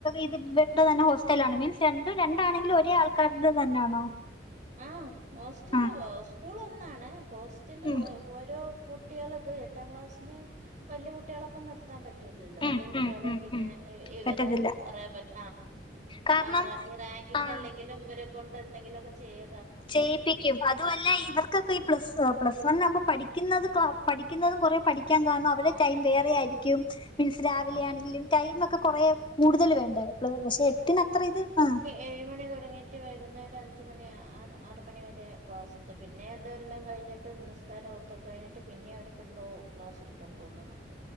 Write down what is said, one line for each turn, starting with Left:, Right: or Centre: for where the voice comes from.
Left: ഇത് ബെഡ് തന്നെ ഹോസ്റ്റല ആണ് മീൻസ് രണ്ടും രണ്ടാണെങ്കിലും ഒരേ ആൾക്ക കർഗ തന്നെയാണോ
Right: ആ ഹോസ്റ്റല
Left: ആഹ്
Right: സ്കൂൾ ഒന്നാണ് ഹോസ്റ്റല്
Left: ഉം
Right: ഓരോ കുട്ടികൾ ഇത് എട്ടാം ക്ലാസ്സിലെ വലിയ കുട്ടികളപ്പം നിർത്താൻ പറ്റ- പറ്റുല്ലല്ലോ
Left: ഉം
Right: വലിയ കുട്ടികൾ
Left: ഉം ഉം
Right: പിന്നെ
Left: ഉം
Right: ഇവരെ
Left: പറ്റത്തില്ല
Right: പറയാൻ പറ്റ
Left: കാരണം
Right: ആ റാങ്കിങ്
Left: ആഹ്
Right: അല്ലെങ്കിലും ഇവരെ കൊണ്ട് എന്തെങ്കിലുക്കെ ചെയ്യ
Left: ചെയ്യിപ്പിക്കും അതുമല്ല ഇവർക്കൊക്കെ പ്ലസ് പ്ലസ് വൺനാമ്പോ പഠിക്കുന്നത് പഠിക്കുന്നതും കുറേ പഠിക്കാൻ കാരണ- അവടെ
Right: ആഹ്
Left: ടൈം
Right: അതെ
Left: വേറെ
Right: അതെ
Left: ആയിരിക്കും മീൻസ് രാവിലെ
Right: ആഹ്
Left: ആണെങ്കിലും ടൈമ ഒക്കെ കുറെ കൂടുതൽ വേണ്ട പക്ഷെ എട്ടിലത്ര ഇത് ആഹ്
Right: ഏഴ് മണി തുടങ്ങിയിട്ട് വൈകുന്നേരം അഞ്ച് മണി ആറ് മണി വരെ ക്ലാസ് ഉണ്ട് പിന്നെ എന്തെല്ലാം കഴിഞ്ഞിട്ട് ഒട്ടും നിസ്കാരം ഒത്തക്ക കഴിഞ്ഞിട്ട് പിന്നെ അവർക്കന്തോ ക്ലാസ് എടുക്കുമെന്ന് തോന്നുണ്ട്